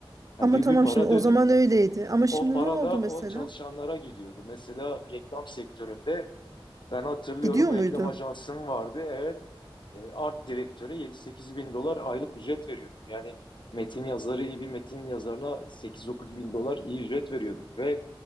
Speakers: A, on the right (about 40°); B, on the left (about 60°).
A: Ama
B: Yani büyük
A: tamam
B: bir para
A: şimdi o
B: dönüyor.
A: zaman öyleydi. Ama şimdi
B: O para
A: ne oldu
B: da
A: mesela?
B: o çalışanlara gidiyordu. Mesela reklam sektöründe ben hatırlıyorum
A: Gidiyor
B: reklam
A: muydu?
B: ajansım vardı. Evet e, art direktöre yedi sekiz bin dolar aylık ücret veriyordum. Yani metin yazarı iyi bir metin yazarına sekiz dokuz bin dolar iyi ücret veriyorduk. Ve